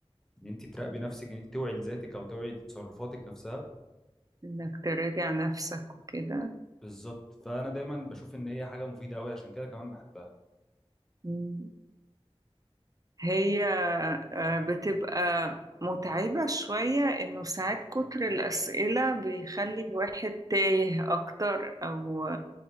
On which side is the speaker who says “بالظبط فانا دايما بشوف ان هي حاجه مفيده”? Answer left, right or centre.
Centre